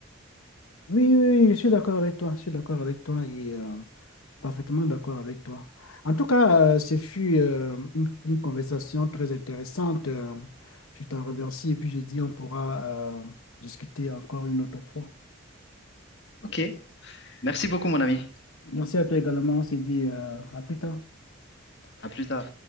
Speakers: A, on the left; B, on the left.
A: Oui, oui, oui, je suis d'accord avec toi, je suis d'accord avec toi et... euh, Parfaitement d'accord avec toi. En tout cas, euh, ce fut euh, une, une conversation très intéressante. Euh, je t'en remercie et puis je dis on pourra euh, discuter encore une autre fois.
B: Ok, merci beaucoup mon ami.
A: Merci à toi également. On s'est dit euh, à plus tard.
B: À plus tard.